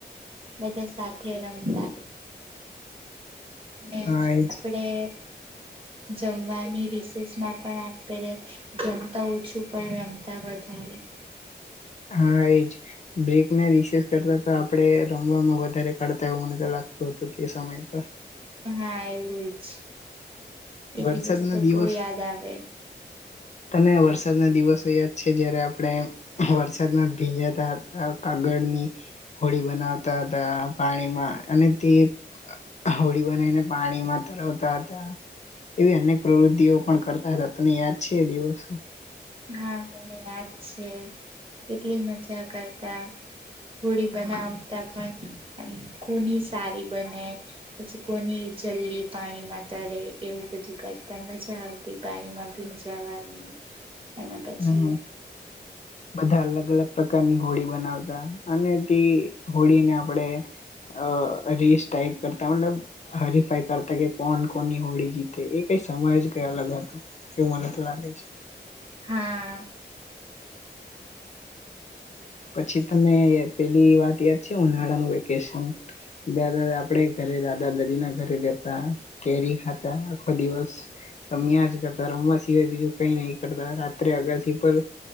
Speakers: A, on the right; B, on the left.
A: બધા સાથે રમતા અને
B: હા એજ
A: આપણેે જમવાની રિસેસ માં પણ આપડે જમતા ઓછું પણ રમતા વધારે
B: હા એજ બેકને વિશેષ કરતા તો આપડે રમવામાં વધારે કાઢતા એવું મને તો લાગતું હતું એ સમય પર
A: હા એવું જ એ
B: વરસાદના
A: દિવસ તો
B: દિવસ
A: બો યાદ આવે
B: તને વરસાદ ના દિવસો યાદ છે જયારે આપણે વરસાદમાં ભીજાતા હતા કાગળની હોળી બનાવતા હતા પાણીમાં અને તે નાવડી બનાવીને પાણીમાં તરાવતા હતા. એવી અનેક પ્રવૃતિઓ પણ કરતા હતા તને યાદ છે એ દિવસો
A: હા મને યાદ છે કેટલી મજા કરતા હોડી બનાવતા પણ કોની સારી બને પછી કોની જલ્દી પાણીમાં તરે એવું બધું કરતા મજા આવતી પાણીમાં ભીજાવાની અને પછી
B: હમ બધા અલગ અલગ પ્રકારની હોળી બનાવતા અને તે હોળીને આપણેે અ રીસ ટાાઈપ કરતા મતલબ હરીફાઈ કરતા કે કોણ કોની હોળી જીતે એ કઈ સમય જ કઈ અલગ હતો એવું મને લાગે છે.
A: હા
B: પછી તમે પેલી વાત યાદ છે ઉનાળાનું વેકેશન દાદા આપડે ઘરે દાદા દાદી ના ઘરે જતા કેરી ખાતા આખો દિવસ રમ્યા જ કરતા રમવા સિવાય બીજું કઈ નહી કરતા રાત્રે અગાસી પર